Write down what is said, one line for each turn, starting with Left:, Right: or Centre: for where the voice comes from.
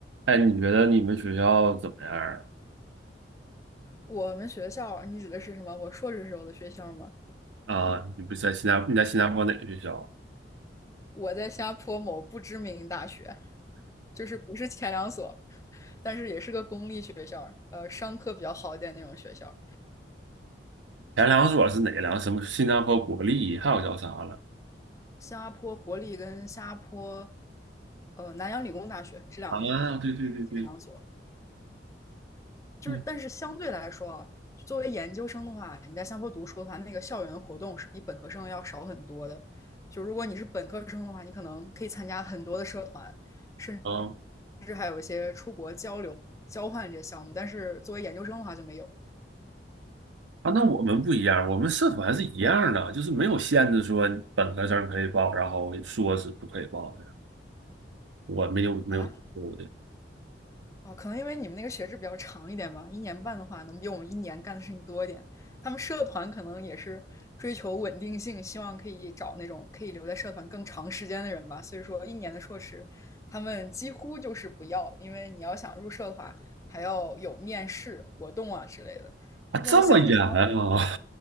Right: 哎，你觉得你们学校怎么样
Left: 我们学校，你指的是什么？我硕士时候的学校吗？
Right: 啊？啊，你不是在新加你在新加坡哪个学校？
Left: 我在新加坡某不知名大学，就是不是前两所，但是也是个公立学校，呃，商科比较好一点那种学校。
Right: 前两所是哪两？什么新加坡国立，还有叫啥了？
Left: 新加坡国立跟新加坡，呃，南洋理工大学这两个学校是前两所，
Right: 啊，对对对对，
Left: 就是但是相对来说啊，
Right: 嗯
Left: 作为研究生的话，你在新加坡读书的话，那个校园活动是比本科生要少很多的。就如果你是本科生的话，你可能可以参加很多的社团。甚至。
Right: 啊
Left: 甚至还有一些出国交流、交换这些项目，但是作为研究生的话就没有
Right: 啊，那我们不一样，我们社团是一样的，就是没有限制说本科生可以报，然后硕士不可以报的，我没有没有读的
Left: 啊。哦，可能因为你们那个学制比较长一点吧，一年半的话，能比我们一年干的事情多一点。他们社团可能也是追求稳定性，希望可以找那种可以留在社团更长时间的人吧。所以说，一年的硕士，他们几乎就是不要，因为你要想入社的话，还要有面试活动啊之类的。
Right: 啊，
Left: 那像你呢？
Right: 这么严啊，